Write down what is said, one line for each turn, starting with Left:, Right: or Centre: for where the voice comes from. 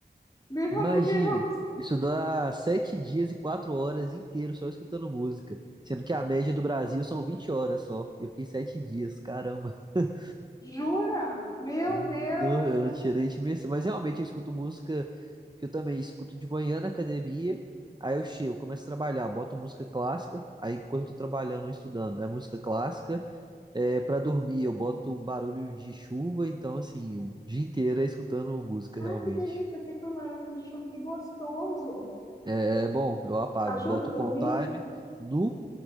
Left: Meu
Right: Imagine!
Left: <laughs> Deus!
Right: Isso dá sete dias e quatro horas inteiros só escutando música. Sendo que a média do Brasil são 20 horas só. E eu fiquei sete dias, caramba. <laughs>
Left: Jura? Meu
Right: Não,
Left: Deus!
Right: eu não tinha nem dimensão. Mas realmente eu escuto música, porque eu também escuto de manhã na academia. Aí eu chego, começo a trabalhar, boto música clássica. Aí enquanto eu tô trabalhando ou estudando, é música clássica. É, para dormir, eu boto barulho de chuva. Então, assim, o dia inteiro é escutando música
Left: Ai,
Right: realmente.
Left: que delícia! Você com barulho de chuva, que gostoso!
Right: É, é bom, eu apago,
Left: Ajuda
Right: boto
Left: a
Right: com
Left: dormir?
Right: o timer. Nu,